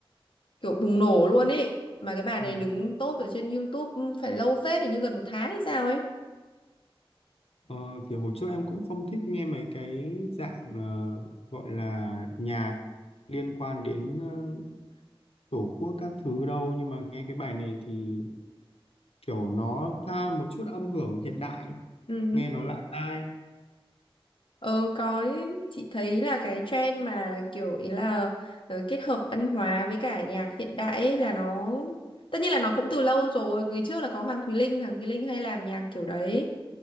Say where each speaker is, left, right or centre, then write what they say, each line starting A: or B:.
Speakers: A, on the left; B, on the left.
A: kiểu bùng nổ luôn ấy. Mà cái bài đấy
B: ừ.
A: đứng top ở trên YouTube phải lâu phết thì như gần một tháng hay sao ấy.
B: ờ, kiểu hồi trước em cũng không thích nghe mấy cái dạng ờ, gọi là nhạc liên quan đến ờ, tổ quốc các thứ đâu nhưng mà nghe cái bài này thì kiểu nó pha một chút âm hưởng hiện đại
A: Ừ.
B: nghe nó lạ tai
A: Ờ có ý, chị thấy là cái trend mà kiểu ý là ờ, kết hợp văn hóa với cả nhạc hiện đại ấy là nó tất nhiên là nó cũng từ lâu rồi người trước là có Hoàng Thùy Linh Hoàng Thùy Linh hay làm nhạc kiểu đấy